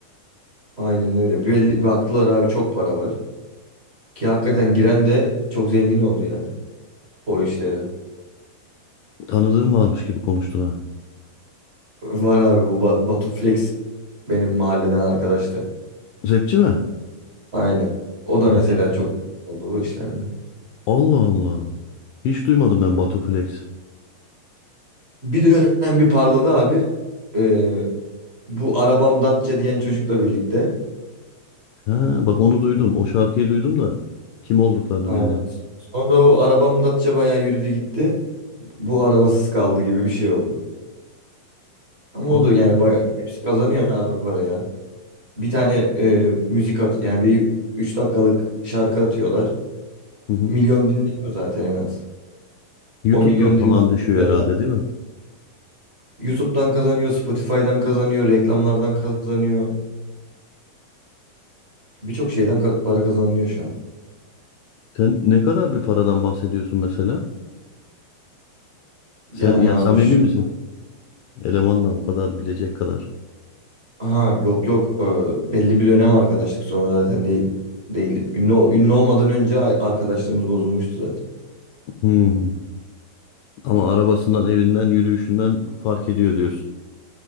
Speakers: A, on the right (about 80°); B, on the left (about 85°).
A: Aynen öyle. Belli, baktılar abi çok para var. Ki hakikaten giren de çok zengin oldu yani o işlere.
B: Tanıdığın varmış gibi konuştun ha.
A: Var abi bu Ba- Batu Flex benim mahalleden arkadaştı.
B: Rapçi mi?
A: Aynen. O da
B: Batu.
A: mesela çok oldu bu işlerde.
B: Allah Allah. Hiç duymadım ben Batu Flex.
A: Bir dönem bir parladı abi. Ee, bu arabam Datça diyen çocukla birlikte.
B: Ha bak onu duydum. O şarkıyı duydum da kim olduklarını
A: Aynen.
B: bilmem.
A: Sonra o arabam Datça bayağı yürüdü gitti. Bu arabasız kaldı gibi bir şey oldu. Ama
B: Aynen.
A: o da yani bayağı hepsi kazanıyor abi paraya. Bir tane e, müzik at yani bir 3 dakikalık şarkı atıyorlar.
B: Hı hı.
A: Milyon dinleniyor zaten en az.
B: YouTube'dan
A: O milyon
B: falan
A: dinleniyor.
B: düşüyor herhalde değil mi?
A: YouTube'dan kazanıyor, Spotify'dan kazanıyor, reklamlardan kazanıyor. Birçok şeyden ka- para kazanılıyor şu an.
B: Sen ne kadar bir paradan bahsediyorsun mesela? Sen
A: Yani
B: ya
A: abi
B: samimi
A: ş-
B: misin? Elemanla o kadar bilecek kadar.
A: Ha yok yok Ee, belli bir dönem arkadaşlık sonra zaten değil değildik. Ünlü ol- ünlü olmadan önce a- arkadaşlığımız bozulmuştu zaten.
B: Hmm. Ama arabasından, evinden, yürüyüşünden fark ediyor diyorsun.